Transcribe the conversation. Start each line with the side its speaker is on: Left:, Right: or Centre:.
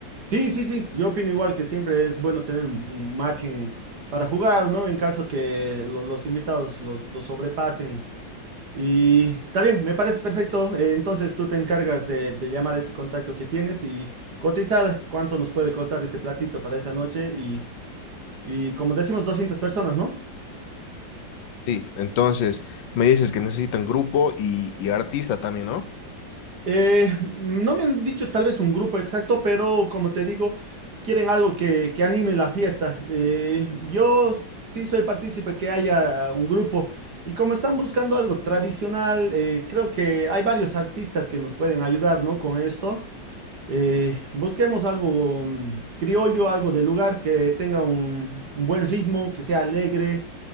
Right: Sí, sí, sí, yo opino igual que siempre es bueno tener un un margen para jugar, ¿no? En caso que lo- los invitados lo, lo sobrepasen. Y está bien, me parece perfecto. Eh, entonces tú te encargas de, de llamar a este contacto que tienes y cotizar cuánto nos puede costar este platito para esa noche y, y como decimos, 200 personas, ¿no?
Left: Sí, entonces me dices que necesitan grupo y, y artista también, ¿no?
Right: Eh, no me han dicho tal vez un grupo exacto, pero como te digo, quieren algo que, que anime la fiesta. Eh, yo sí soy partícipe que haya un grupo y como están buscando algo tradicional, eh, creo que hay varios artistas que nos pueden ayudar, ¿no? Con esto. Eh, busquemos algo mm, criollo, algo de lugar que tenga un un buen ritmo, que sea alegre.